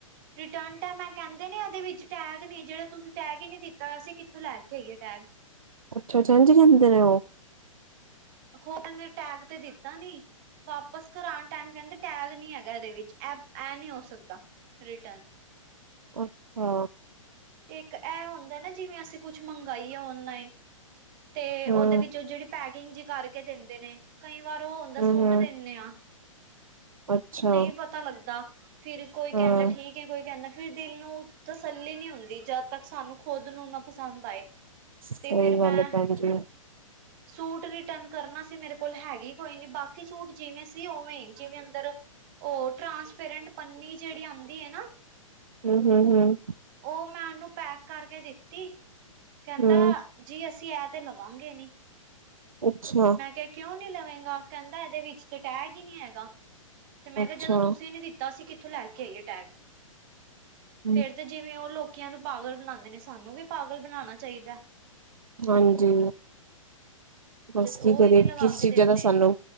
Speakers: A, on the right; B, on the right.
A: ਰਿਟਰਨ ਟੈਮ ਅਹ ਕੈਂਦੇਨੇ ਟੈਗ ਨੀ ਜਿਹੜਾ ਤੁਸੀਂ ਟੈਗ ਹੀ ਨਹੀਂ ਦਿੱਤਾ ਅਸੀਂ ਕਿੱਥੋਂ ਲੈ ਕੇ ਆਈਏ ਟੈਗ
B: ਅੱਛਾ, ਅੱਛਾ ਇੰਝ ਕੈਂਦੇ ਨੇ ਔਹ
A: ਔ ਕੈਂਦੇ ਨੇ ਟੈਗ ਤੇ ਦਿੱਤਾ ਨੀ। ਵਾਪਿਸ ਕਰਾਨ ਟਾਈਮ ਕਹਿੰਦੇ ਟੈਗ ਨਹੀ ਹੈਗਾ ਏਹਦੇ ਵਿੱਚ ਐਹ ਐ ਨੀ ਹੋ ਸਕਦਾ ਰਿਟਰਨ।
B: ਅੱਛਾ।
A: ਤੇ ਇੱਕ ਐਹ ਹੁੰਦਾ ਨਾ ਜਿਵੇਂ ਅਸੀਂ ਕੁਛ ਮੰਗਾਈ ਏ ਔਨਲਾਈਨ। ਤੇ
B: ਹੂੰ
A: ਔਦੇ ਵਿੱਚ ਜਿਹੜੀ ਪੈਕਿੰਗ ਜੀ ਕਰਕੇ ਦਿੰਦੇ ਨੇ ਕਈ ਵਾਰ ਉਹ ਹੁੰਦਾ
B: ਹੂੰ
A: ਸੂਟ
B: ਹੂੰ
A: ਦਿੰਨੇ ਆ
B: ਅੱਛਾ
A: ਨਹੀਂ ਪਤਾ ਲੱਗਦਾ। ਫਿਰ ਕੋਈ
B: ਹਾਂ
A: ਕਹਿੰਦਾ ਠੀਕ ਹੈ ਕੋਈ ਕਹਿੰਦਾ ਫਿਰ ਦਿਲ ਨੂੰ ਤਸੱਲੀ ਨਹੀਂ ਹੁੰਦੀ। ਤੇ ਜਦ ਤੱਕ ਸਾਨੂੰ ਖੁਦ ਨੂੰ ਨਾ ਪਸੰਦ ਆਏ
B: ਸਹੀ
A: ਤੇ ਫਿਰ
B: ਗੱਲ
A: ਮੈਂ
B: ਏ ਭੈਣ ਜੀ
A: ਸੂਟ ਰਿਟਰਨ ਕਰਨਾ ਸੀ। ਮੇਰੇ ਕੋਲ ਹੈਗੀ ਕੋਈ ਨੀ ਬਾਕੀ ਸੂਟ ਜਿਵੇਂ ਸੀ ਉਵੇਂ ਜਿਵੇਂ ਅੰਦਰ ਔਹ ਟ੍ਰਾਂਸਪੇਰੈਂਟ ਪੰਨੀ ਜੇੜੀ ਆਂਦੀ ਐ ਨਾ।
B: ਹੂੰ- ਹੂੰ -ਹੂੰ।
A: ਔਹ ਮੈਂ ਉਨੂੰ ਪੈਕ ਕਰਕੇ ਦਿੱਤੀ ਕੈਂਦਾ
B: ਹੂੰ
A: ਜੀ ਅਸੀ ਐਹ ਤੇ ਲਵਾਂਗੇ ਨੀ।
B: ਅੱਛਾ।
A: ਮੈਂ ਕਿਹਾ ਕਿਉਂ ਨੀ ਲਵੇਂਗਾ ਕੈਂਦਾ ਇਹਦੇ ਵਿੱਚ ਤੇ ਟੈਗ ਹੀ ਨੀ ਹੈਗਾ। ਤੇ ਮੈਂ
B: ਅੱਛਾ
A: ਕਿਹਾ ਜਦੋਂ ਤੁਸੀਂ ਨੀ ਦਿੱਤਾ ਸੀ। ਕਿੱਥੋਂ ਲੈ ਕੇ ਆਈਏ ਟੈਗ
B: ਹੂੰ
A: ਫੇਰ ਤੇ ਜਿਵੇਂ ਔਹ ਲੋਕੀਆਂ ਨੂੰ ਪਾਗਲ ਬਨਾਦੇ ਨੇ ਸਾਨੂੰ ਵੀ ਪਾਗਲ ਬਨਾਨਾ ਚਾਹੀਦਾ।
B: ਹਂਜੀ, ਬਸ
A: ਜਦ
B: ਕੀ
A: ਉਹ
B: ਕਰੀਏ,
A: ਹੀ ਨਹੀਂ ਲਗਾ
B: ਕਿਸ
A: ਕੇ
B: ਚੀਜ਼ਾਂ
A: ਦਿੰਦੇ
B: ਦਾ ਸਾਨੂੰ